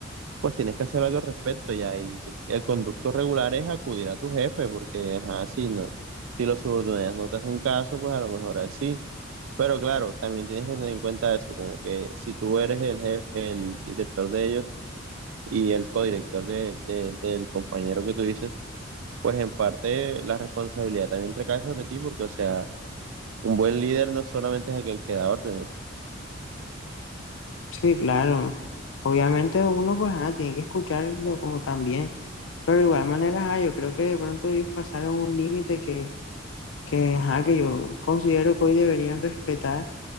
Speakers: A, on the right; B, on the left.
A: pues tienes que hacer algo al respecto ya. Y el conducto regular es acudir a tu jefe porque, ajá, si no, si los subordinados no te hacen caso, pues a lo mejor él sí. Pero claro, también tienes que tener en cuenta eso, como que si tú eres el jefe, el director de ellos, y el codirector de, de- del compañero que tú dices, pues en parte la responsabilidad también recae sobre ti, porque, o sea, un buen líder no solamente es aquel que da órdenes.
B: Sí, claro. Obviamente uno pues ah, tiene que escucharlo como también, pero de igual manera ah, yo creo que de pronto ellos pasaron un límite que, que, ajá, que yo considero que hoy deberían respetar